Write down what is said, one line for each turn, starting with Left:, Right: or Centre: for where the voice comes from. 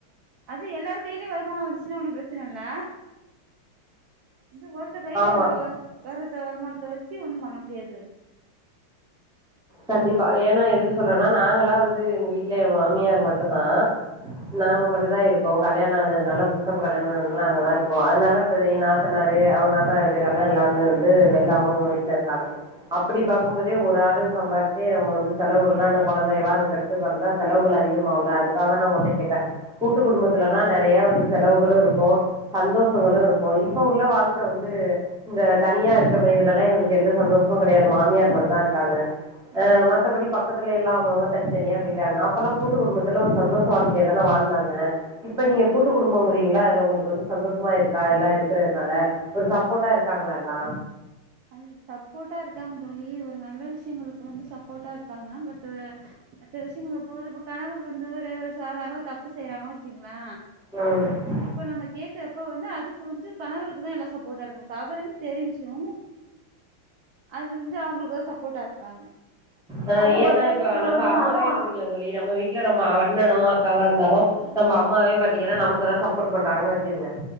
Right: அது எல்லாரு கையில்யோ வருமானம் வந்ச்சுன்னா ஒன்னு பெர்ச்சன இல்ல இந்த ஒர் த கையில
Centre: ஆமா
Right: வ வர்ர வர்த வருமானத்த வச்சு ஒன்னும் பண்ண முடியாது தோழி
Centre: கண்டிப்பா ஏன்னா எதுக்கு சொல்றேன்னா நாங்க எல்லா வந்து எங்க வீட்டல மாமியார் மட்டுதா
Right: தோழி
Centre: நாங்க மட்டும் தா இருக் கோம் கல்யாணம் ஆனதுனால <unintelligible> அங்கதாருக்கோ அதனால போய் நாத்தனரு அவங்க நாத்த எதன்னா எல்லாமே வந்து வெள்ள அவஅவுங்க வீட்ல இருக்காங்க அப்படி
Right: ஆ
Centre: பாக்கும் போதே ஒரு ஆளு சம்பாத்தே நம்ம வந்து செலவுகள்லாம் என்ன கொழந்தைகெல்ல்லா அதுக்கடுத்து பெறந்தா செலவுகள் அதிகமாவுல அதுக்காக நா ஒங்கட்ட கேட்ட கூட்டு குடும்பத்துல எல்லா நெறைய வந்து செலவுகளும் இருக்கும் சந்தோஷங்களும் இருக்கும் இப்ப உள்ள வாழ்க்க வந்து இந்த தனியாருக்க மயிலெல்ல எங்களுக்கு எந்த சந்தோஷமும் கெடையாது மாமியார் மட்டு தாருக்காங்க
Right: ஆ
Centre: அ மத்தபடி பக்கத்துல எல்லா அவங்கவ தனித்தனியா போயிட்டாங்க அப்பெல்லா கூட்டு குடும்பத்துல ஒரு சந்தோஷ ஏய்தனா வாழ்ந்தாங்க இப்ப நீங்க கூட்டு குடும்பம்ங்கறீங்களா அதுல ஒங்களுக்கு வந்து சந்தோஷமாருக்கா எல்லா இருக்கறதுனால ஒரு சப்போட்டா இருக்காங்ளா எல்லா
Right: அது சப்போட்டா இருக்காங்கயி ஒரு நல்ல விஷயங்களுக்கு வந்து சப்போட்டாருப்பாங்க பட் துல்ல மத்த விஷயங்கள போது இப்ப கணவர் வந்து ஒரு சாதாரணமா தப்பு செய்றாங்க திக் மா
Centre: ம்
Right: இப்ப நம்ம கேக்குறப்ப வந்து அதுக்கு வந்து கணவருக்குதா எல்லா சப்போட்டாருப்பாங் தவறுன் தெரிஞ்சும் அது வந்து அவங்களுக்குதா சப்போட்டாருப்பாங்க
Centre: அ ஏன்னா இப்ப நம்ப அப்பாவே எடுத்துங்கல்ல தோழி நம்ம வீட்ல நம்ம அண்ணணோ அக்காவோ இருந்தாலும் நம்ம அம்மாவே பாத்தீங்கன்னா நமக்குதா சப்போர்ட் பண்றாங்கன் வச்சுகங்க